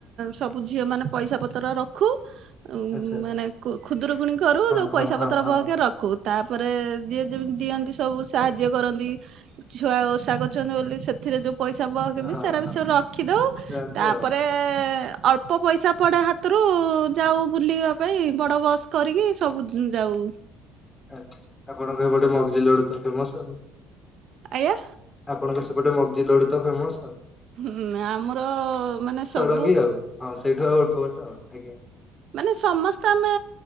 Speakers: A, on the right; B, on the left.
A: ସବୁ ଝିଅ ମାନେ ପଇସା ପତ୍ର ରଖୁ ଉ
B: ଆଚ୍ଛା
A: ମାନେ ଖୁଦରୁକୁଣୀ କରୁ
B: ହଁ
A: ଯୋଉ
B: ହଁ
A: ପଇସା
B: ହଁ
A: ପତ୍ର
B: ହଁ
A: ବହକେ ରଖୁ। ତାପରେ ଯିଏ ଯେମିତି ଦିଅନ୍ତି, ସ ସବୁ ସାହାଯ୍ୟ କରନ୍ତି। ଛୁଆ ଓଷା କରୁଚନ୍ତି ବୋଲି ସେଥିରେ ଯୋଉ ପଇସା ପାଅ କେବେ
B: ହଁ
A: ସେରା
B: ହଁ।
A: ବି ସବୁ ରଖିଦଉ,
B: ଯାଆନ୍ତି
A: ତାପରେ
B: ଆଉ
A: ଅଳ୍ପ ପଇସା ପଡେ ହା ତ୍ରୁ ଯାଉ ବୁଲିବା ପାଇଁ ବଡ ବସ୍ କରିକି ସବୁ ଯୁ ଯାଉ।
B: ଆଛ୍ ଆପଣଙ୍କର ଗୋଟେ ମଗଜିଡୁ ତ ଫେମସ ଆଉ
A: ଆଜ୍ଞା
B: ଆପଣଙ୍କ ସେ ଗୋଟେ ମଗ୍ଜି ଲଡୁ ତ ଫେମସ ଆଉ ଗୋ
A: ହୁଁ ଆମର ମାନେ ସବୁ
B: ଷଡଙ୍ଗୀ ଆଉ ହଁ ସେଇଠୁ ଆଉ ଅଳ୍ପ ବାଟ ଆଉ ଆଜ୍ଞା
A: ମାନେ ସମସ୍ତେ ଆମେ